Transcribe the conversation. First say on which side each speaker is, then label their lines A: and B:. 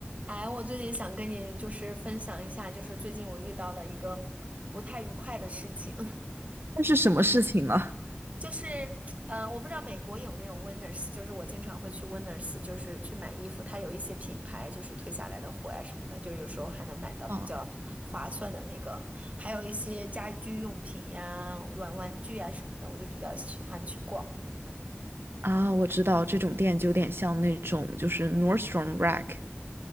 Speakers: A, on the right; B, on the right.
A: 哎，我最近想跟你就是分享一下，就是最近我遇到了一个不太愉快的事情，
B: 那是什么事情呢？
A: <laughs> 就是，嗯，我不知道美国有没有 Winners，就是我经常会去 Winners，就是去买衣服，它有一些品牌就是退下来的货呀、什么的，就是有时候还能买到比较划算的那个，
B: 哦
A: 还有一些家居用品呀、玩玩具呀、什么的，我就比较喜欢去逛。
B: 啊，我知道这种店就有点像那种就是 Nordstrom Rack